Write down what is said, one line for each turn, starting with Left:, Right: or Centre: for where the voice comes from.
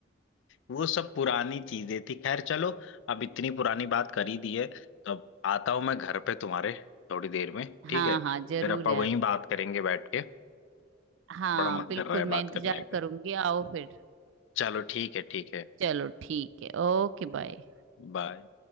Left: वो सब पुरानी चीजें थी खैर चलो अब इतनी पुरानी बात कर ही दी है तो अब आता हूं मैं घर पे तुम्हारे थोड़ी देर में ठीक
Right: हाँ
Left: है
Right: हाँ जरूर
Left: फिर अपन
Right: यार
Left: वहीं बात करेंगे बैठ के
Right: हाँ
Left: बड़ा मन
Right: बिल्कुल
Left: कर रहा है बात
Right: मैं इंतजार
Left: करने का
Right: करूंगी आओ फिर
Left: चलो ठीक है ठीक है
Right: चलो ठीक है ओके बाय
Left: बाय